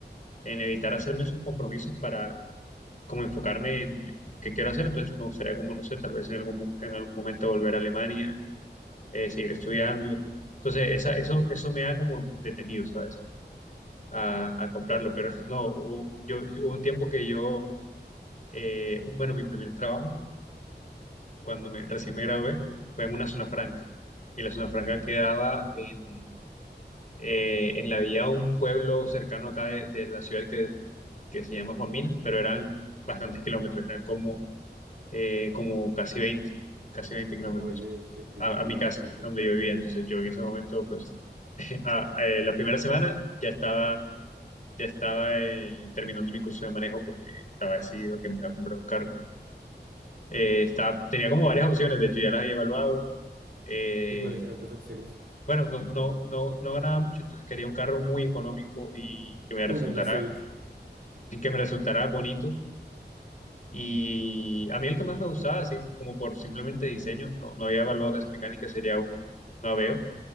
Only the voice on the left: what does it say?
en evitar hacerme esos compromisos para como enfocarme en, en qué quiero hacer. Entonces me gustaría como, no sé, tal vez en algún, mo- en algún momento volver a Alemania, eh, seguir estudiando.
Entonces esa, eso, eso me ha como detenido, ¿sabes? A, a comprarlo, pero <laughs> no, hubo- yo, hubo un tiempo que yo, eh, un- bueno, mi primer trabajo cuando me, recién me gradué, fue en una zona franca. Y la zona franca quedaba en, eh, en la vía de un pueblo cercano acá de, de la ciudad que, que se llama Famina, pero eran bastantes kilómetros, eran como, eh, como casi veinte, casi 20 kilómetros
a,
a mi
casa, donde yo vivía. Entonces yo en ese momento, pues, <laughs> a- eh, la primera semana ya estaba, ya estaba eh, terminando mi curso de manejo porque estaba decidido que me iba a comprar un carro. Eh, estaba- tenía como varias opciones, de hecho ya las había evaluado. Eh,
bueno, no, no, no, no ganaba mucho, entonces quería un carro muy económico y
que me
resultara,
y que me resultara bonito. Y a mí el que más me gustaba, así como por simplemente diseño, no, no había evaluado casi mecánica, sería un Aveo,